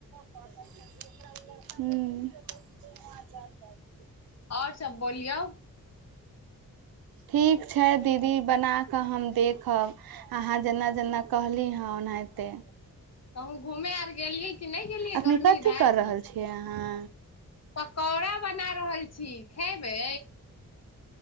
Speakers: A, on the right (about 85°); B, on the left (about 45°).
A: ह्म
B: आओर सब बोलियौ
A: ठीक छै दीदी बनाकऽ हम देखब अहाँ जेना जेना कहली हेँ ओनाहिते
B: कहूँ घूमे आर गेलही की नहि गेलियै
A: अखनी
B: गर्मी
A: कथी
B: भए
A: कर रहल छियै अहाँ
B: पकौड़ा बना रहल छी खेबै